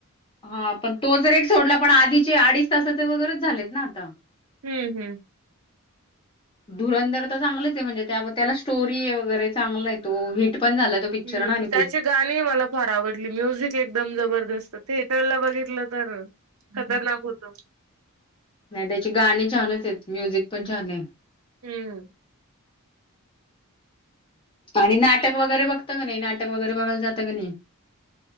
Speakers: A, on the left; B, on the right.
A: हा पण तो जर एक सोडला पण आधी ते अडीच तासाचे वैगेरे झालेत ना आता?
B: हम्म हम्म.
A: धुरंधर तर चांगलेच आहे, म्हणजे त्याला स्टोरी वगैरे चांगल हाय तो हिट पण झाला तो पिक्चर
B: हम्म
A: ना आणि
B: त्याची
A: खूप.
B: गाणी मला फार आवडली म्युझिक एकदम जबरदस्त. थेटरला बघितलं तर खतरनाक होत.
A: नाही त्याची गाणी छानच आहेत. म्युझिक पण छान आहे.
B: हम्म.
A: आणि नाटक वगैरे बघता का नाही? नाटक वगैरे बघायला जातं क नाही?